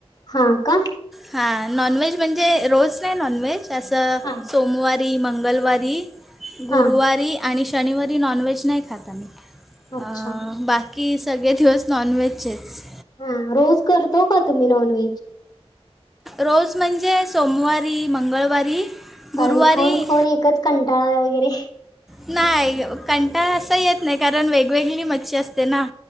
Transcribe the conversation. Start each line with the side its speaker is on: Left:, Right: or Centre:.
Left: हा का
Centre: हा नॉनव्हेज म्हणजे रोज नाही नॉनव्हेज असं
Left: हा.
Centre: सोमवार ते मंगवारी, गुरुवारी
Left: हा
Centre: आणि शनिवारी नॉनव्हेज नाही खात आम्ही.
Left: अच्छा
Centre: अ बाकी सगळे दिवस नॉन व्हेजचेच.
Left: हा रोज करतो का तुम्ही नॉन व्हेज.
Centre: रोज म्हणजे सोमवारी, मंगळवारी
Left: कारण
Centre: गुरुवारी
Left: खाऊन खाऊन एकच कंटाळा वगैरे
Centre: नाही कंटाळा असा येत नाही. कारण वेगवेगळी मच्छी असते ना.